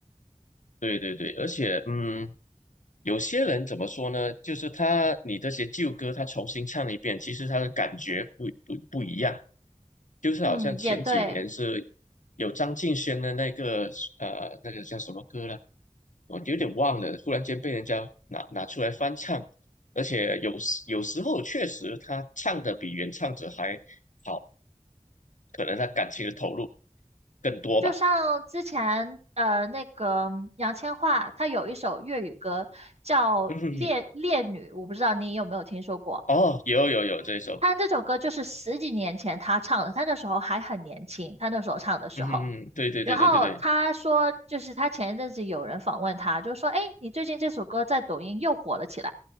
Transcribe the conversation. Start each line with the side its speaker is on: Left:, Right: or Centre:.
Left: 对对对，而且嗯。有些人怎么说呢？就是他你这些旧歌，他重新唱一遍，其实他的感觉不不不一样。就是好像前几年是
Right: 嗯，也对，
Left: 有张敬轩的那个呃那个叫什么歌了，我有点忘了，忽然间被人家拿拿出来翻唱，而且有时有时候确实他唱的比原唱者还好，可能他感情的投入更多吧。
Right: 就像之前呃那个杨千嬅，她有一首粤语歌叫《烈烈女》，
Left: 嗯哼哼，
Right: 我不知道你有没有听说过。
Left: 哦，有有有这一首，
Right: 她这首歌就是十几年前她唱的，她那时候还很年轻，她那时候唱的时候。
Left: 嗯哼哼，对对对对对对，
Right: 然后他说，就是他前一阵子有人访问他，就说：“哎，你最近这首歌在抖音又火了起来。”